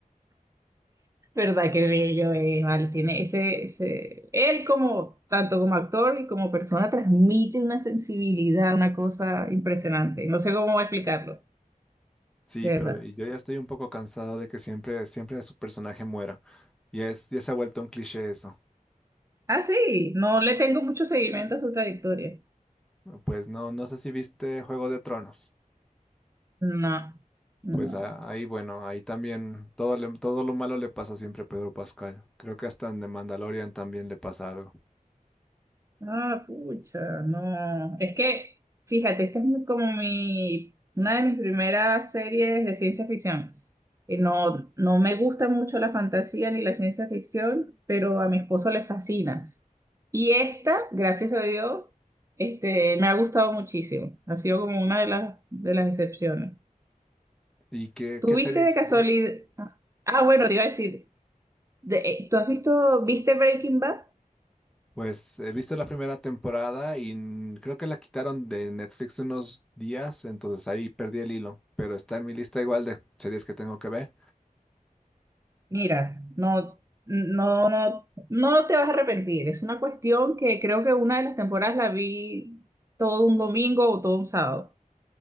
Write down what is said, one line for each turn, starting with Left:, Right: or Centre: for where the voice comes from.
Right: ¿Verdad? Qué bello es, vale. Tiene ese, ese. Él como, tanto como actor y como persona, transmite una sensibilidad, una cosa impresionante. No sé cómo explicarlo,
Centre: Sí,
Right: de
Centre: pero
Right: verdad.
Centre: yo ya estoy un poco cansado de que siempre, siempre su personaje muera. Y es, ya se ha vuelto un cliché eso.
Right: Ah, sí, no le tengo mucho seguimiento a su trayectoria.
Centre: Pues no, no sé si viste Juego de Tronos.
Right: No, no.
Centre: Pues a- ahí, bueno, ahí también todo, le- todo lo malo le pasa siempre a Pedro Pascal. Creo que hasta en The Mandalorian también le pasa algo.
Right: Ah, pucha, no. Es que, fíjate, esta es mi- como mi, una de mis primeras series de ciencia ficción. Y no, no me gusta mucho la fantasía ni la ciencia ficción, pero a mi esposo le fascina. Y esta, gracias a Dios, este, me ha gustado muchísimo. Ha sido como una de las, de las excepciones.
Centre: ¿Y qué,
Right: ¿Tuviste
Centre: qué series
Right: de casualidad?
Centre: ves?
Right: Ah, bueno, te iba a decir, de- eh, ¿tú has visto, viste Breaking Bad?
Centre: Pues he visto la primera temporada y n- creo que la quitaron de Netflix unos días, entonces ahí perdí el hilo, pero está en mi lista igual de series que tengo que ver.
Right: Mira, no, no, no, no te vas a arrepentir. Es una cuestión que creo que una de las temporadas la vi todo un domingo o todo un sábado.